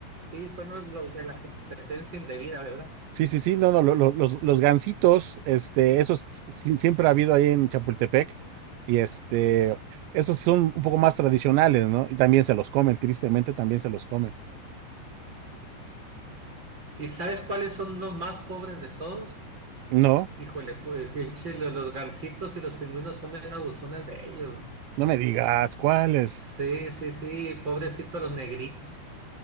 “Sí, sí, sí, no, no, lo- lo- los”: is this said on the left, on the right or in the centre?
Right